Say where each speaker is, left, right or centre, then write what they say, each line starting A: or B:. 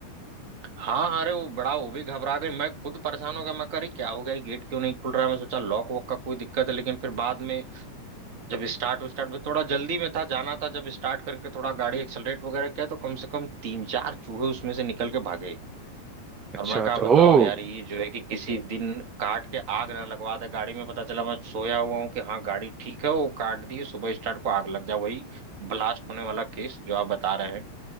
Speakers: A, on the right; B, on the right.
A: हाँ अरे वो बड़ा वो भी घबरा गई मैं खुद परेशान हो गया मैं कह रही क्या हो गया ये गेट क्यों नहीं खुल रहा है मैं सोचा लॉक वॉक का कोई दिक्कत है लेकिन फिर बाद में जब स्टार्ट स्टार्ट में थोड़ा जल्दी में था जाना था जब स्टार्ट करके थोड़ा गाड़ी एक्सलरेट वगैरह किया तो कम से कम तीन चार चूहे उसमें से निकल के भागे
B: अच्छा
A: और मैं कहा
B: अच्छा
A: बताओ
B: ओ
A: यार ये जो है कि किसी दिन काट के आग ना लगवा दे गाड़ी में पता चला मैं सोया हुआ हूँ कि हाँ गाड़ी ठीक है वो काट दी सुबह स्टार्ट को आग लग जा वही ब्लास्ट होने वाला केस जो आप बता रहे